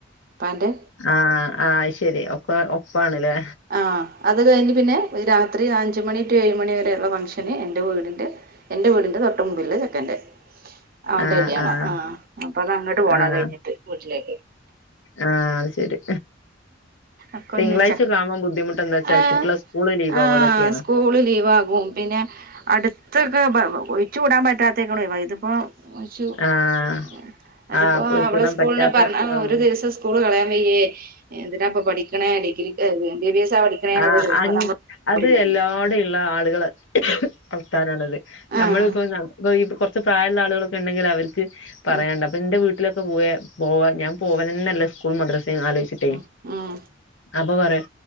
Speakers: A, on the right; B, on the left.
A: ഉപ്പാന്റെ
B: ആഹ് ആഹ് അയ്ശേരി ഒപ്പ ഒപ്പാണ്ല്ലേ
A: ആഹ് അത് കഴിഞ്ഞ് പിന്നെ ഒരു രാത്രി അഞ്ച് മണി ടു ഏഴ്‌ മണി വരെയുള്ള ഫംഗ്ഷന് എന്റെ വീടിന്റെ എന്റെ വീടിന്റെ തൊട്ട് മുമ്പില് ഉള്ള ചെക്കന്റെ അവന്റെ
B: ആഹ്
A: കല്യാണ
B: ആഹ്
A: ആ അപ്പൊ അത് അങ്ങട്ട് പോണം
B: ആഹ്
A: അത്‌ കഴിഞ്ഞിട്ട് വീട്ടിലേക്ക്
B: ആഹ് അത് ശെരി
A: ഒക്കെ
B: തിങ്കളാഴ്ച
A: ഒന്നിച്ചാ
B: കാണോ ബുദ്ധിമു അപ്പൊന്താച്ചാൽ
A: ആഹ്
B: കുട്ട്യാളെ സ്കൂള് ലീവ്
A: ആഹ്
B: ആവും അതൊക്കെയാണ്
A: സ്കൂള് ലീവാകും പിന്നെ അടുത്തൊക്കെ ബ ഒയിച്ചു കൂടാൻ പറ്റാത്തൊക്കെണ് ഒയിവായി ഇതിപ്പോ <unintelligible>
B: ആഹ്
A: അതിപ്പോ
B: ആഹ് പോയിക്കൂടാൻ
A: അവള് സ്കൂള്ന്ന്‌
B: പറ്റാത്ത
A: പറഞ്ഞ
B: ആഹ്
A: ഒരു ദീസം സ്കൂൾ കളയാൻ വയ്യേ എന്തിനാ ഇപ്പൊ പഠിക്ക്ണേ ഡിഗ്രി എം ബിബി എസാ പഠിക്കണേന്നൊക്കെ
B: ആഹ്
A: ചോദിക്കും
B: അ
A: നമ്മള്
B: അത് എല്ലാടെള്ള ആളുകളെ വർത്താനാണത് നമ്മളിപ്പോ
A: ആഹ്
B: പ്പൊ ഈ കൊറച്ച് പ്രായ ഇള്ള ആളുകളൊക്കെ ഇണ്ടെങ്കിൽ അവർക്ക് പറയാണ്ട്
A: ഉം
B: അപ്പൊ ഇന്റെ വീട്ടിലൊക്കെ പോയാ പോവാ ഞാൻ പോവലെന്നല്ല സ്കൂളും മദ്രസീം ആലോചിച്ചിട്ടേ
A: ഉം ഉം
B: അപ്പൊ പറയാ